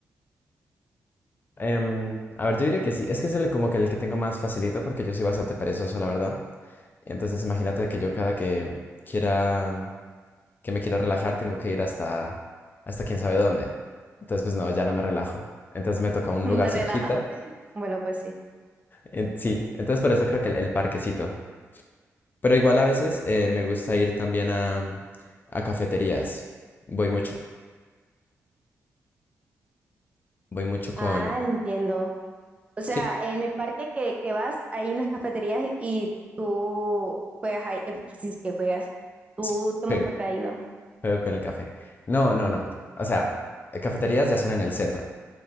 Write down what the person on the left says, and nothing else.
em, a ver, yo diría que sí, es que es el, como que el que tengo más facilito porque yo soy bastante perezoso, la verdad. Entonces imagínate que yo cada que quiera, que me quiera relajar, tengo que ir hasta, hasta quién sabe dónde. Entonces, pues no, ya no me relajo. Entonces me toca un
lugar
cerquita.
en- sí, entonces por eso creo que el, el parquecito. Pero igual a veces eh, me gusta ir también a, a cafeterías. Voy mucho, voy mucho con...
Sí,
sí,
juego,
juego con el café. No, no, no. O sea, eh, cafeterías ya son en el centro.